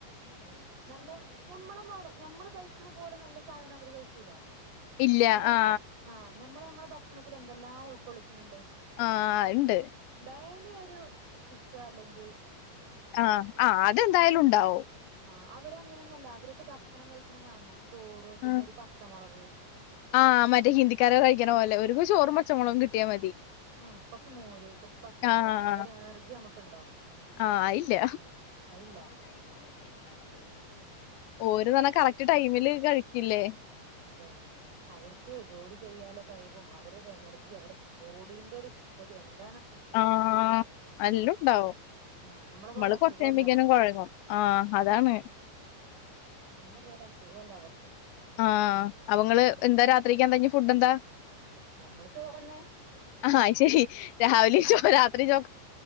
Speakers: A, on the right; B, on the left.
A: ഉം നല്ല നമ്മള മ ഞമ്മള് കഴിക്കണ പോലെ നല്ല സാധനം അവര് കഴിക്കൂല
B: ഇല്ല
A: ഞമ്മള് ഞമ്മളെ
B: ആ
A: ആഹ് ഞമ്മള് നമ്മെ ഭക്ഷണത്തിൽ എന്തെല്ലാം ഉൾക്കൊള്ളിച്ചിട്ടുണ്ട്
B: ആ ഉണ്ട്
A: ഡലി ഒരു ഫിഷ അല്ലെങ്കിൽ
B: ആ ആ അതെന്തായാലും ഉണ്ടാവും
A: ആ അവരങ്ങനൊന്നല്ല അവരൊക്കെ ഭക്ഷണം കഴിക്കണ കാണണം ചോറ് പിന്നെ
B: ആഹ്
A: ഒരു പച്ചമുളക്
B: ആഹ് മറ്റേ ഹിന്ദിക്കാര കഴിക്കണ പോലെ ഒരു ചോറ് മച്ചമുളകും കിട്ടിയാൽ മതി
A: ആ കൊറച്ച് മോര് കൊറച്ച് പച്ചമുളക്
B: ആഹ്.
A: കുറക്ഷെ അവര് എനർജി നമ്മുക്ക്ണ്ടോ
B: ആഹ് ആയില്ല.
A: ആയില്ല
B: ഒരേന്നെ പറഞ്ഞ കറക്റ്റ് ടൈമില് കഴിക്കില്ലേ
A: അതെ അവർക്ക് ജോലി ചെയ്യാലൊ കൈവും അവ ഒരു എനർജി അവരെ ബോഡീന്റെ ഒരു <unintelligible>
B: ആ നല്ലാം
A: ഉം
B: ഉണ്ടാവും
A: അവര് ഉം നമ്മളെ
B: നമ്മള്
A: പോലെ അസുഖല്ല
B: കൊറച്ചചെയിപ്പിക്കും
A: അവർക്ക്
B: കുഴങ്ങും ആ അതാണ്
A: നമ്മളെ പോലെ അസുഖല്ല അവർക്ക്
B: ആ അവങ്ങള്
A: ഉം
B: എന്താ രാത്രിക്ക് എന്ത ഇനി ഫുഡ് എന്താ
A: ഞമ്മള് ചോറന്നെ
B: ആ ആഹ് ശരി രാവിലെ
A: ഉം
B: ചോ രാത്രി ചോ